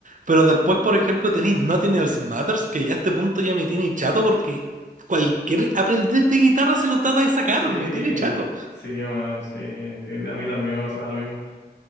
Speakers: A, on the right (about 45°); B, on the left (about 75°).
A: Pero después, por ejemplo, tenéis Nothing Else Matters, que ya a este punto ya me tiene chato porque cualquier aprendiz de guitarra se lo trata de sacar,
B: Sí,
A: me tiene chato.
B: sí, weón, sí. A mí también me pasaba lo mismo.